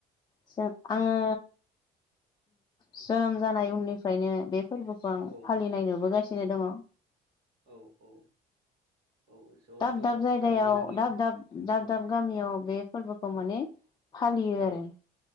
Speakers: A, on the left; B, on the right.
A: जों आङो जोनोम जानाय उननिफ्रायनो बे। फोरबोखौ आं
B: औ
A: फालिनाय नुबोगासिनो
B: औ
A: दङ।
B: औ औ औ ज'
A: दाब
B: ज'
A: दाब जायगायाव
B: रायजो नाङैनो
A: दाब दाब दाब
B: औ
A: दाब गामियाव बे। फोरबोखौ माने। फालियो
B: औ
A: आरो